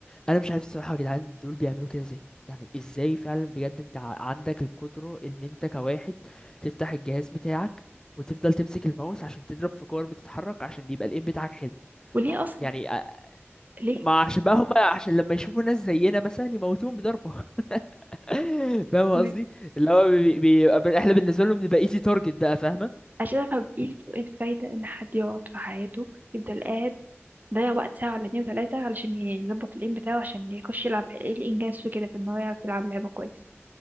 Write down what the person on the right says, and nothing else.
وليه أصلا
ليه
ليه؟
عشان أفهم إيه الف- إيه الفايدة إن حد يقعد في حياته يفضل قاعد ضيع وقت ساعة ولا اتنين وتلاتة علشان يظبط الإيم بتاعه عشان يخش يلعب ايه الإنجاز في كده في إن هو يعرف يلعب لعبة كويس